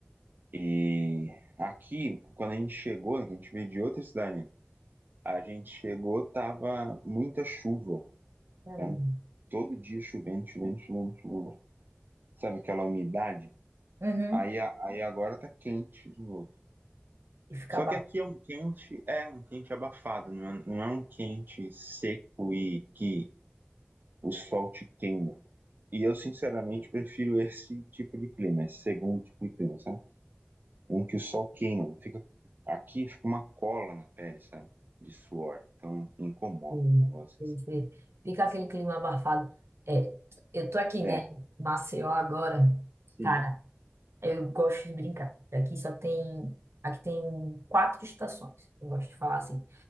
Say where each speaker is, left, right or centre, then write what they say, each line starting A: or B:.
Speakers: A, on the right; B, on the right.
A: E aqui, quando a gente chegou, a gente veio de outra cidade, A gente chegou, tava muita chuva.
B: Caramba.
A: Então, todo dia chovendo, chovendo, chovendo, chovendo. Sabe aquela umidade?
B: Uhum.
A: Aí, a- aí agora tá quente de novo.
B: E fica
A: Só
B: abafado.
A: que aqui é um quente, é um quente abafado, não é, não é um quente seco e que o sol te queima. E eu, sinceramente, prefiro esse tipo de clima, esse segundo tipo de clima, sabe? Um que o sol queima, fica, aqui fica uma cola na pele, sabe? De suor, então incomoda
B: Sei,
A: o negócio.
B: sei, sei. Fica aquele clima abafado. É, eu tô aqui,
A: É,
B: né? em Maceió agora.
A: sim.
B: Cara, Eu gosto de brincar. Aqui só tem, aqui tem quatro estações. Eu gosto de falar assim,